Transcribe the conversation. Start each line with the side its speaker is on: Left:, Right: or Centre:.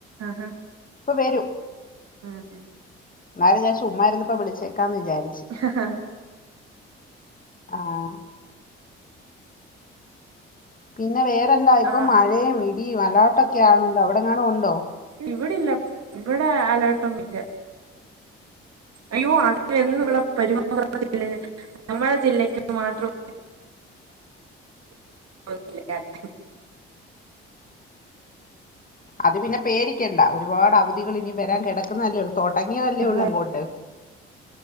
Right: ആഹ്ഹ
Left: ഇപ്പൊ വരൂ
Right: ഉം ഉം
Left: ന്നാലും ഞാ ചുമ്മാ ഇരുന്നപ്പൊ വിളിച്ചേക്കാന്ന് വിചാരിച്ച്
Right: ആ
Left: ആഹ് പിന്നെ വേറെന്താ ഇപ്പൊ
Right: ആഹ്
Left: മഴയും ഇടിയും മലാട്ടൊക്കെ ആണല്ലോ അവിടെ എങ്ങണും ഉണ്ടോ
Right: ഇവിടില്ല ഇവടെ അലേർട്ടൊന്നും ഇല്ല അയ്യോ അതിൻ്റെ ഒന്നും ഇവള <unintelligible> നമ്മളെ ജില്ലക്ക് മാത്രം <unintelligible>
Left: അത് പിന്നെ പേടിക്കണ്ട ഒരുപാട് അവധികൾ ഇനി വരാൻ കിടക്കുന്നല്ലേ തൊടങ്ങിയല്ലേ
Right: അതെ
Left: ഉള്ളു അങ്ങോട്ട്